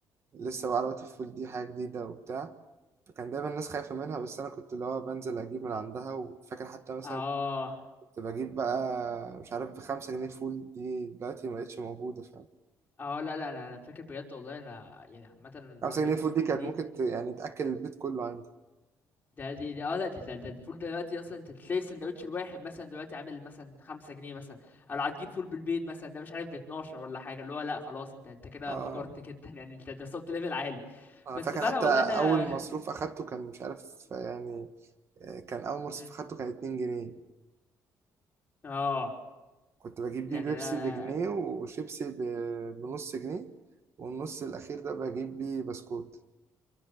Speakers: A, on the right; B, on the left.
A: لسه بقى عربية الفول دي حاجة جديدة وبتاع فكان دايما الناس خايفة منها بس أنا كنت اللي هو بنزل أجيب من عندها وفاكر حتى مثلا
B: اه
A: كنت بجيب بقى مش عارف بخمسة جنيه فول دي دلوقتي مبقتش موجودة فاهم
B: اه لا لا لا أنا فاكر بجد والله أنا يعني عامة
A: خمسة
B: عربيات
A: جنيه فول
B: الفول
A: دي كانت
B: دي
A: ممكن ت- يعني تأكل البيت كله عندي
B: ده دي ده اه لا دي ده, ده الفول دلوقتي أصلا أنت تلاقي السندوتش الواحد مثلا دلوقتي عامل مثلا خمسة جنيه مثلا أو لو هتجيب فول بالبيض مثلا ده مش عارف باتناشر ولا حاجة اللي هو لا خلاص أنت أنت كده
A: اه
B: فجرت جدا <laughs> يعني أنت أنت وصلت ليفل عالي
A: انا
B: بس
A: فاكر
B: فعلا
A: حتى
B: والله أنا
A: اول مصروف اخدته كان مش عارف يعني آه، كان اول مصروف
B: <laughs>
A: اخدته كان 2 جنيه
B: اه
A: كنت بجيب
B: يعني
A: بيه بيبسي
B: انا
A: بجنيه وشيبسي ب- بنص جنيه والنص الاخير ده بجيب بيه بسكوت